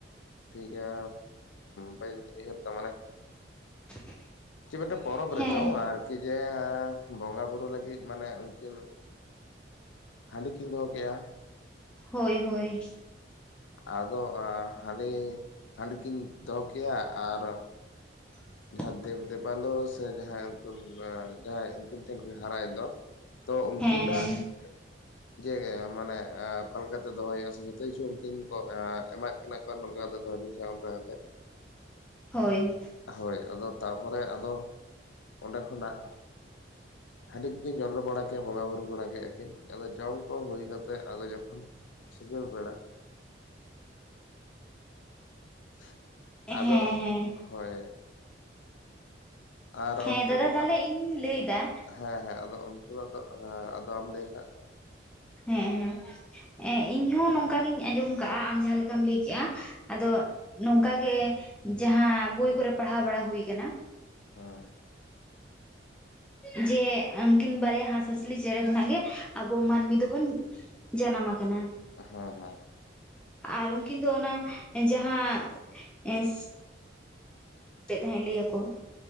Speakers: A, on the left; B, in the centre.
A: ᱴᱷᱤᱠ ᱜᱮᱭᱟ ᱵᱟᱹᱧ ᱩᱭᱦᱟᱹᱨ ᱮᱫᱟ ᱢᱟᱱᱮ
B: <unintelligible>
A: ᱪᱮᱫ ᱢᱤᱫᱴᱟᱝ ᱯᱚᱨᱚᱵᱽ
B: ᱦᱮᱸ
A: ᱨᱮ ᱪᱚᱝ ᱟᱨᱠᱤ ᱡᱮ ᱵᱚᱸᱜᱟ ᱵᱩᱨᱩ ᱞᱟᱹᱜᱤᱫ ᱢᱟᱱᱮ ᱩᱱᱠᱤᱱ <unintelligible> ᱦᱟᱺᱰᱤ ᱠᱤᱱ ᱫᱚᱦᱚ ᱠᱮᱜᱼᱟ
B: ᱦᱳᱭ ᱦᱳᱭ
A: ᱟᱫᱚ ᱦᱟᱸᱜ <unintelligible> ᱦᱟᱺᱰᱤ ᱠᱤᱱ ᱫᱚᱦᱚ ᱠᱮᱫᱟ ᱟᱨ
B: <unintelligible>
A: ᱡᱟᱦᱟᱸ ᱫᱮᱵ ᱫᱮᱵᱟᱞᱚ ᱥᱮ ᱡᱟᱦᱟᱸᱭ ᱡᱟᱦᱟᱸ ᱩᱱᱠᱤᱱ ᱴᱷᱮᱱ ᱠᱤᱱ ᱦᱟᱨᱟᱭ ᱮᱱ ᱫᱚ ᱛᱚ ᱩᱱᱠᱤᱱᱟᱜ
B: ᱦᱮᱸ ᱦᱮᱸ
A: <unintelligible> ᱡᱮ ᱢᱟᱱᱮ ᱚᱠᱟ ᱞᱮᱠᱟᱛᱮ ᱫᱚᱦᱚᱭ ᱦᱩᱭᱩᱜᱼᱟ ᱥᱮ ᱡᱚᱛᱚ ᱠᱤᱪᱷᱩ ᱠᱤᱱ ᱠᱚ ᱮ ᱮᱢᱟᱜ ᱠᱤᱱᱟ ᱠᱚ ᱱᱚᱝᱠᱟ ᱠᱟᱛᱮ ᱫᱚᱦᱚᱭ ᱵᱤᱱ ᱥᱮ ᱚᱱᱠᱟ ᱠᱟᱛᱮ
B: ᱦᱳᱭ
A: ᱦᱳᱭ ᱟᱫᱚ ᱛᱟᱨᱯᱚᱨᱮ ᱟᱫᱚ ᱚᱸᱰᱮ ᱠᱷᱚᱱᱟᱜ,
B: <unintelligible>
A: ᱦᱟᱺᱰᱤ ᱠᱚ ᱠᱤᱱ ᱪᱚᱰᱚᱨ ᱵᱟᱲᱟ ᱠᱮᱜᱼᱟ ᱵᱚᱸᱜᱟ ᱵᱩᱨᱩ ᱵᱟᱲᱟ ᱠᱮᱜᱼᱟ ᱠᱤᱱ ᱟᱫᱚ ᱡᱚᱢ ᱠᱚ ᱦᱩᱭ ᱠᱟᱛᱮᱫ ᱟᱫᱚ ᱡᱚᱠᱷᱚᱱ ᱥᱤᱸᱜᱟᱹᱲ ᱵᱮᱲᱟ <unintelligible>
B: ᱦᱮᱸ
A: ᱟᱫᱚ <unintelligible>
B: ᱦᱮᱸ
A: ᱦᱳᱭ ᱟᱨ
B: ᱦᱮᱸ
A: ᱚᱱᱛᱮ
B: ᱫᱟᱫᱟ
A: ᱫᱚ
B: ᱛᱟᱦᱚᱞᱮ
A: ᱦᱟᱸᱜ
B: ᱤᱧᱤᱧ ᱞᱟᱹᱭ ᱮᱫᱟ
A: ᱦᱮᱸ ᱦᱮᱸ ᱟᱫᱚ ᱚᱱᱛᱮ ᱫᱚ ᱟᱫᱚ ᱦᱮᱸ ᱟᱫᱚᱢ ᱞᱟᱹᱭ ᱠᱷᱟᱡ
B: ᱦᱮᱸ ᱦᱮᱸ ᱤᱧᱦᱚᱸ ᱱᱚᱝᱠᱟ ᱜᱤᱧ ᱟᱸᱡᱚᱢ ᱠᱟᱜᱼᱟ ᱟᱢ ᱡᱟᱦᱟᱸ ᱞᱮᱠᱟᱢ ᱞᱟᱹᱭᱠᱮᱜᱼᱟ ᱟᱫᱚ ᱱᱚᱝᱠᱟᱜᱮ ᱡᱟᱦᱟᱸ ᱵᱳᱭ ᱠᱚᱨᱮ ᱯᱟᱲᱦᱟᱣ ᱵᱟᱲᱟ ᱦᱩᱭ ᱟᱠᱟᱱᱟ
A: ᱦᱮᱸ
B: ᱦᱩᱸ ᱡᱮ ᱩᱱᱝᱠᱤᱱ ᱵᱟᱨᱭᱟ ᱦᱟᱸᱥ ᱦᱟᱸᱥᱞᱤ ᱪᱮᱬᱮ ᱠᱷᱚᱱᱟᱜ ᱜᱮ ᱟᱵᱚ ᱢᱟᱹᱱᱢᱤ ᱫᱚ ᱵᱚᱱ ᱡᱟᱱᱟᱢ ᱟᱠᱟᱱᱟ
A: ᱦᱮᱸ ᱦᱮᱸ
B: ᱟᱨ ᱩᱱᱠᱤᱱ ᱫᱚ ᱚᱱᱟ ᱡᱟᱦᱟᱸ ᱮᱥᱼᱼ <unintelligible> ᱛᱟᱦᱮᱸᱫ ᱞᱟᱹᱭ ᱟᱠᱚ